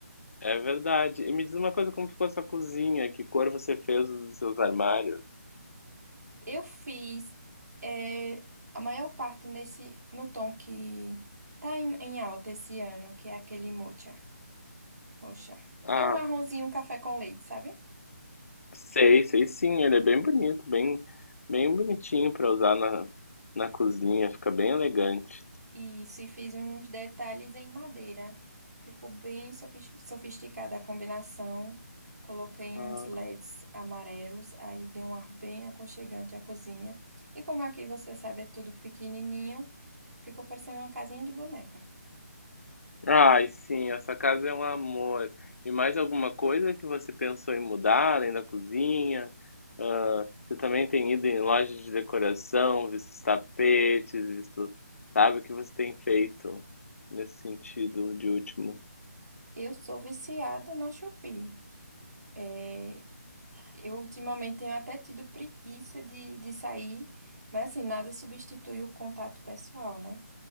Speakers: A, on the left; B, on the right.
A: É verdade. E me diz uma coisa, como ficou a sua cozinha? Que cor você fez os seus armários?
B: Eu fiz é, a maior parte nesse no tom que tá em, em alta esse ano, que é aquele mocha. Mocha.
A: Ah,
B: É um marronzinho, um café com leite, sabe?
A: Sei, sei sim, ele é bem bonito, bem, bem bonitinho pra usar na, na cozinha, fica bem elegante.
B: Isso, e fiz uns detalhes em madeira. Ficou bem sofis- sofisticada a combinação. Coloquei
A: Ah,
B: uns LEDs amarelos, aí deu um ar bem aconchegante à cozinha. E como aqui você sabe, é tudo pequenininho, ficou parecendo uma casinha de boneca.
A: Ai, sim, essa casa é um amor. E mais alguma coisa que você pensou em mudar além da cozinha? Ah, você também tem ido em lojas de decoração, visto os tapetes, visto, sabe, o que você tem feito nesse sentido de último?
B: Eu sou viciada na Shopee. É, eu ultimamente tenho até tido preguiça de, de sair, mas assim, nada substitui o contato pessoal, né?